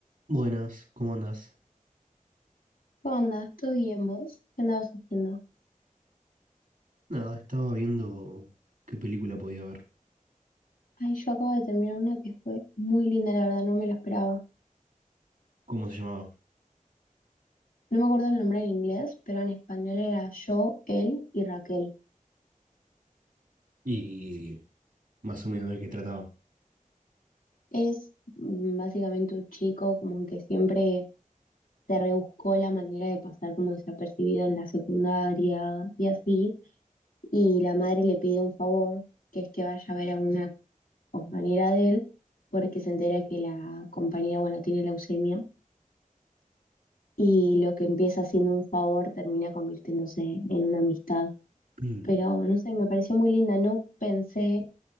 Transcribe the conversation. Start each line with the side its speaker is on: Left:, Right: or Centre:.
Right: Buenas, ¿cómo andás?
Left: ¿Cómo andas? ¿Todo bien vos? ¿Qué andabas haciendo?
Right: Nada, estaba viendo qué película podía ver,
Left: Ay, yo acabo de terminar una que fue muy linda, la verdad, no me lo esperaba.
Right: cómo se llamaba
Left: No me acuerdo el nombre en inglés, pero en español era yo, él y Raquel.
Right: y más o menos de qué trataba. <clears throat>
Left: Es mm, básicamente un chico como que siempre se rebuscó la manera de pasar como desapercibido en la secundaria y así. Y la madre le pide un favor, que es que vaya a ver a una compañera de él, porque se entera que la compañera, bueno, tiene leucemia y lo que empieza siendo un favor termina convirtiéndose en una amistad.
Right: Mm.
Left: Pero no sé, me pareció muy linda, no pensé